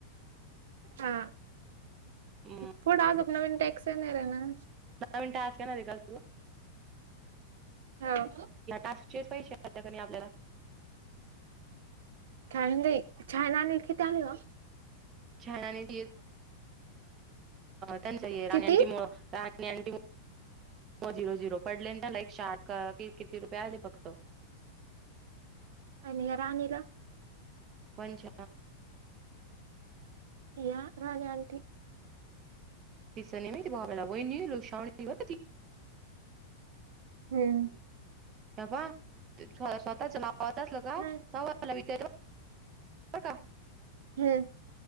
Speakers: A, on the right (about 70°); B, on the right (about 20°).
A: हा
B: अं
A: पुढ अजोक नवीन टॅक्स येणार र आहे ना
B: दहा मिनटं का ना ते का तरू
A: हो
B: टास्क चेस पाहि शे आ त्याणी आपल्याला
A: काय म्हज छय ना आलेल किती आले ग
B: छाण्याने झा त्यांच राण्यां
A: किती
B: आणिटी झिरो झिरो पडले ना लाईक शार्ट क किती रुपये आले फक्त
A: आणि राणीला
B: पंच
A: या राज आटी
B: तस नाही म ती बाबाेला वईन लुकसव हो ती
A: हम्म
B: ते बा स्वतःच नातचलं का
A: हम्म
B: मला विद्यार्थ हो का
A: हम्म